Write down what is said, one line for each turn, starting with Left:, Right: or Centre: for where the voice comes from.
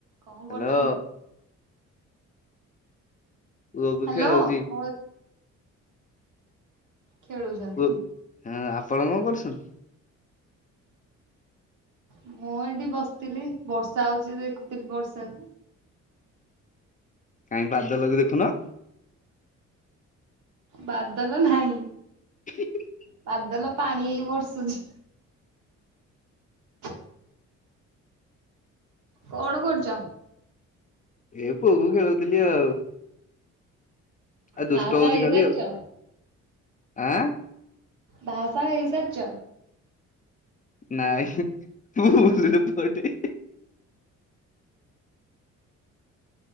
Right: କଣ
Left: ହ୍ୟାଲୋ
Right: କରୁଛନ୍ତି?
Left: ପୁଅକୁ
Right: ହ୍ୟାଲୋ
Left: ଖେଳଉଚି।
Right: ବଲ୍ ଖେଳୁଛନ୍ତି।
Left: ପୁଅ ହଁ ଆପଣ କଣ କରୁଛନ୍ତି?
Right: ମୁଁ ଏଇଠି ବସିଥିଲି ବର୍ଷା ହଉଛି ଦେଖୁଥିଲି ବର୍ଷା କୁ।
Left: କାଇଁ ବାଦଲ କୁ ଦେଖୁନ।
Right: ବାଦଲ ନାହିଁ।
Left: <unintelligible>
Right: ବାଦଲ ପାଣି ହେଇକି ବର୍ଷୁଛି। ହ କଣ କରୁଛ?
Left: ଏ ପୁଅକୁ ଖେଳଉଥିଲି ଆଉ। ଆଉ ଦୁଷ୍ଟ
Right: ବାହା ଫାହା
Left: ହଉଛି
Right: ହେଇସାରିଚ?
Left: ଖାଲି ଆଉ ଆଁ
Right: ବାହା ଫାହା ହେଇସାରିଛ?
Left: ନାଇଁ ଭୁଲ୍ ରେ ପୁଅଟେ